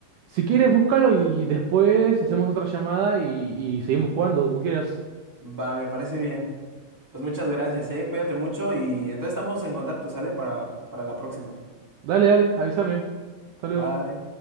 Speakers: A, on the right; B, in the centre.
A: Si quieres, búscalo y, y después hacemos otra llamada y, y seguimos jugando, como quieras.
B: Va, me parece bien. Pues muchas gracias, ¿eh? Cuídate mucho y entonces estamos en contacto, ¿sale? Para, para la próxima.
A: Dale, dale, avísame. Hasta luego.
B: Bye.